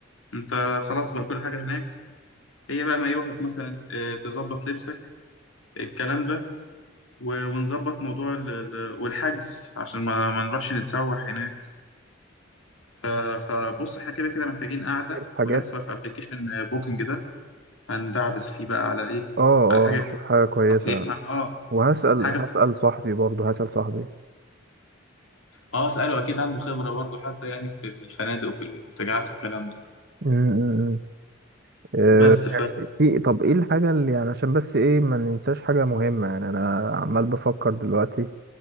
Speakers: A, on the left (about 85°); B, on the right (about 50°).
A: انت خلاص بقى كل حاجة هناك هي بقى مايوهك مثلا اه، تظبط لبسك الكلام ده و- ونظبط موضوع ال- ال- والحجز عشان ما, ما نروحش نتسوح هناك ف- فبص احنا كده كده محتاجين قعدة
B: نجيب حاجات
A: ولفة في ابلكيشن بوكينج ده هندعبس فيه بقى على ايه
B: اه
A: على حاجة
B: اه نشوف حاجة كويسة
A: تقييمها اه
B: وهسأل
A: حاجة
B: هسأل
A: تق...
B: صاحبي برضه هسأل صاحبي
A: اه اسأله اكيد عنده خبرة برضه حتى يعني في, في الفنادق وفي المنتجعات والكلام ده
B: م- م- م. آه،
A: بس
B: ماشي. في طب ايه الحاجة اللي يعني عشان بس ايه ما ننساش حاجة مهمة يعني انا عمال بفكر دلوقتي